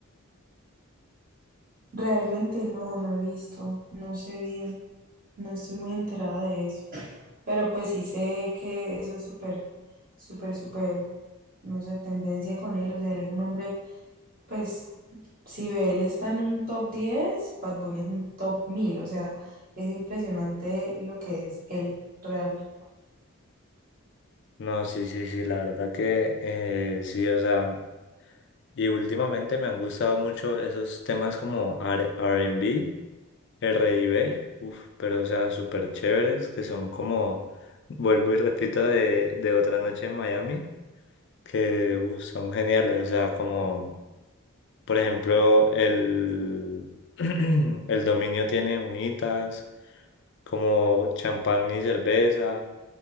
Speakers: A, on the right; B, on the left.
A: Realmente no, no he visto, no sé bien, no estoy muy enterada de eso. Pero pues sí sé que eso es súper, súper, súper, no sé, tendencia con él. O sea, él es un hombre, pues si ve él está en un top 10, Bad Bunny es un top 1000. O sea, es impresionante lo que es él, real.
B: No, sí, sí, sí, la verdad que eh, sí, o sea. Y últimamente me han gustado mucho esos temas como R- R&B, R&B, uff, pero o sea, súper chéveres, que son como, vuelvo y repito, de, de Otra Noche en Miami, que uf, son geniales, o sea, como, por ejemplo, el, <clears throat> el dominio tiene unitas, como champán y cerveza,